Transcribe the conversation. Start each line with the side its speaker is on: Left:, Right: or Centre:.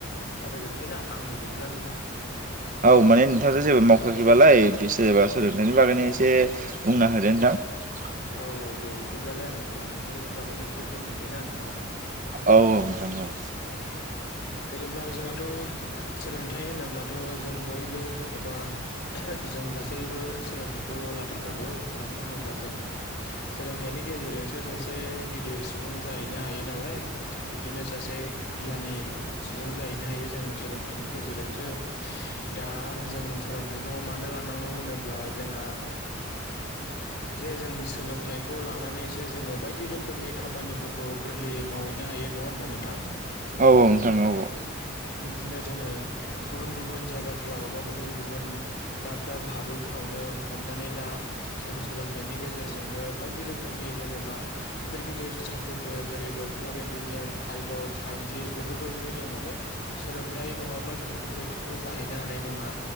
Left: सावरायग्रोनोसैना आंनो बिदिब्ला नोंथां
Right: औ माने नोंथाङाथ' जेबो मावखाखैबालाय बिसोर बासोर बागैनो एसे बुंना होदो नोंथां <unintelligible>
Left: औ औ दे बिदिब्लालाय आं सोलोंथाइनि बागैनो एसे बुंनोसै ना नोंथां
Right: औ औ नोंथां औ
Left: जेनेबा जोंहाथ' सोलोंथाइ होनोब्लाथ' जों बयबो एबा जों गासैबो सोलोंथाइखौ लाथारनांगौ मानो होनोब्ला जों सोलोंथाइनि गेजेर नोंसोर सासे गिदिर सुबुं जाहैनो हायो नालाय बिब्दिनो सासे गियानि सुबुं जाहैनो हायो जों सोलोंथाइनि गेजेरजोंसो दा जों सोलोंथाइखौ मानो लानांगौ होनोब्ला जोंहा जे जों सोलोंथाइखौ लानानैसो जोंङो बायदि रोखोमनि खामानिफोरखौ गोरलैयै मावहैनो हायो नङा होमबा नोंथां
Right: औ औ नोंथां औ औ
Left: बिदिनो जोंङो गुबुन गुबुन जायगाफ्राव बा गुबुन गुबुन दाब दाब हादरफ्रावनो हमनानै ला जों जोंनो बायदि रोखोमनि जेनेबा गिदिर गिदिर साख्रिफोर जेरै डक्टर इन्जिनियार फाइल ल साइन्टिस् बेफोरबायदिखौ जों माने सोलोंथाइ नङाब्ला जों बेफोरबायदिखौ जाहैनो हानाय नङा।